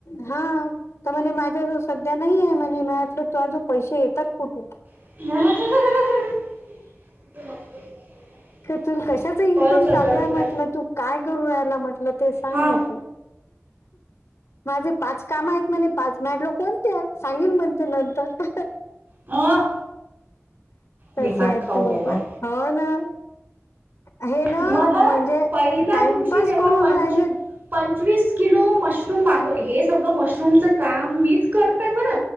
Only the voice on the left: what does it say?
हाव त्या म्हणे मा सध्या नाही आहे म्हणे म्या, तुझ्याकड जो पैसे येतात कुठून.
तु कशाच इन्कम
चालू
आहे म्हटलं, तू काय करून रायला म्हटलं ते सांग
म्हटलं. माझे पाच काम आहेत म्हणे पाच. मॅडलं कोण त्या सांगल म्हणते नंतर.
तसे
आहेत
तर
बाबा
हो ना. हे ना
म्हणजे
टाइमपास
करून
राहिले.